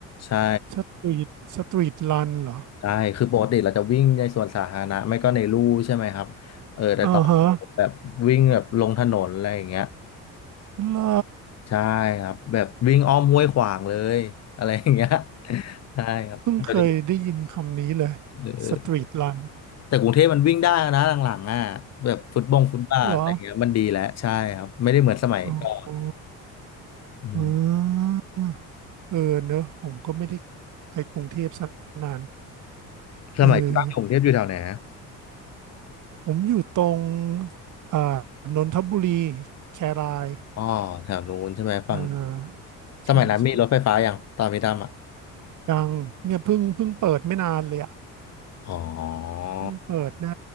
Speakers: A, on the left; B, on the right.
A: ใช่
B: สตรีทสตรีทรันเหรอ
A: ใช่คือปกติเราจะวิ่งในสวนสาธารณะไม่ก็ในลู่ใช่ไหมครับเออแต่ตอนนั้นผมแบบวิ่งแบบลงถนนอะไรอย่างเงี้ย
B: อ่าฮะเหรอ
A: ใช่ครับแบบวิ่งอ้อมห้วยขวางเลยอะไรอย่างเงี้ย <laughs> ใช่ครับเดี๋ยวนี้
B: เพิ่งเคยได้ยินคำนี้เลย
A: เออ
B: สตรีทรัน
A: แต่กรุงเทพมันวิ่งได้นะหลังๆอ่ะแบบฟุตบงฟุตบาทอะไรอย่างเงี้ยมันดีแล้วใช่ครับไม่ได้เหมือนสมัยก่อน
B: เหรออ๋อ
A: อืม
B: อ๋อเออเนอะผมก็ไม่ได้ไปกรุงเทพสกนาน
A: สมัยที่ตั้งกรุงเทพอยู่แถวไหนอะ
B: เออผมอยู่ตรงอ่านนทบุรีแคราย
A: อ๋อแถวนู้นใช่ไหมฝั่ง
B: อ่าใช่ใช่
A: สมัยนั้นมีรถไฟฟ้ายังตอนพี่ตั้มอ่ะ
B: ยังเนี่ยเพิ่งเพิ่งเปิดไม่นานเลยอ่ะ
A: อ๋อ
B: เพิ่งเปิดได้